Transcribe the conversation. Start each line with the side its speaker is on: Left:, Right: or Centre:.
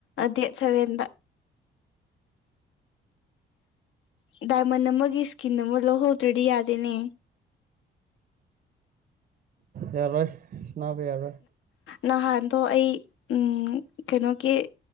Left: ꯗꯦꯠ ꯁꯚꯦꯟꯗ꯫ ꯗꯥꯏꯃꯟ ꯑꯃꯒꯤ ꯁꯀꯤꯟ ꯑꯃ ꯂꯧꯍꯧꯗ꯭ꯔꯗꯤ ꯌꯥꯗꯦꯅꯦ꯫
Right: ꯌꯥꯔꯣꯏ ꯁ꯭ꯅꯕ ꯌꯥꯔꯣꯏ꯫
Left: ꯅꯍꯥꯟꯗꯣ ꯑꯩ ꯎꯝ ꯀꯩꯅꯣꯒꯤ